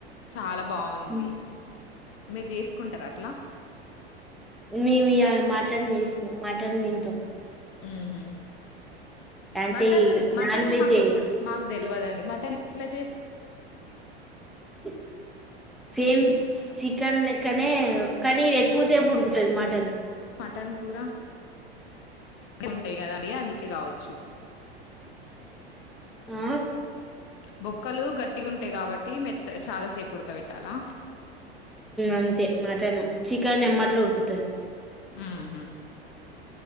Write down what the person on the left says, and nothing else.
చాలా బాగుంది
మీరు చేసుకుంటారా అట్లా
ఉహు
మటన్ మటన్
మాకు
మా తెలియదండి మటన్ ఏట్లా చేస్త
మటన్ కూర అ ఉంటాయి కదా అడిగ అందుకే కావచ్చు
బొక్కలు గట్టిగా ఉంటాయి కాబట్టి మెత్త చాలాసేపు ఉడకబెట్టాలా
ఉహు